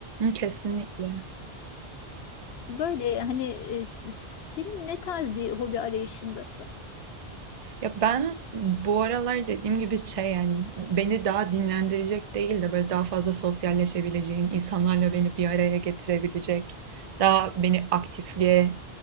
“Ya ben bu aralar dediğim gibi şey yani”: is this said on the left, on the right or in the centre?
Right